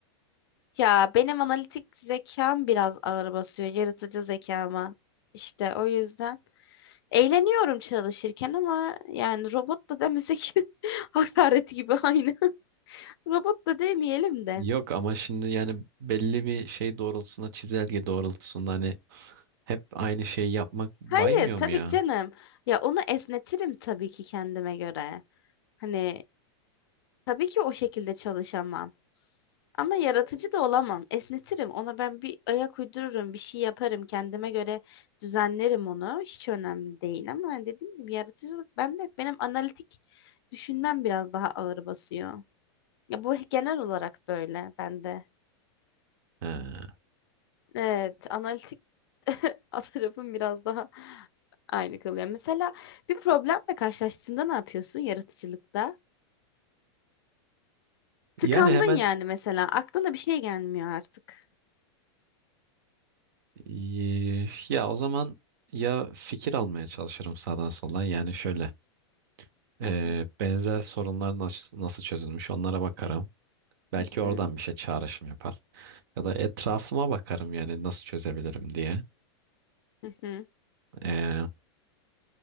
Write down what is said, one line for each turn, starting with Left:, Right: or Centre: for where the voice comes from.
Left: Ya benim analitik zekam biraz ağır basıyor yaratıcı zekama. İşte o yüzden eğleniyorum çalışırken ama yani robot da demesek <laughs> hakaret gibi aynı. <laughs> Robot da demeyelim de.
Right: Yok ama şimdi yani belli bir şey doğrultusunda çizelge doğrultusunda hani hep aynı şeyi yapmak baymıyor
Left: Hayır tabii
Right: mu ya?
Left: ki canım. Ya onu esnetirim tabii ki kendime göre. Hani tabii ki o şekilde çalışamam. Ama yaratıcı da olamam. Esnetirim. Ona ben bir ayak uydururum, bir şey yaparım. Kendime göre düzenlerim onu. Hiç önemli değil ama hani dediğim gibi yaratıcılık bende yok. Benim analitik düşünmem biraz daha ağır basıyor. Ya bu genel olarak böyle bende.
Right: He.
Left: Evet, analitik <laughs> tarafım biraz daha aynı kalıyor. Mesela bir problemle karşılaştığında ne yapıyorsun yaratıcılıkta? Tıkandın
Right: Yani hemen
Left: yani mesela. Aklına bir şey gelmiyor artık.
Right: eee, ya o zaman ya fikir almaya çalışırım sağdan soldan. Yani şöyle eee,
Left: Aha.
Right: benzer sorunlar nasıl, nasıl çözülmüş onlara bakarım. Belki
Left: Hı
Right: oradan
Left: hı.
Right: bir şey çağrışım yapar. Ya da etrafıma bakarım yani nasıl çözebilirim diye.
Left: Hı hı.
Right: Eee,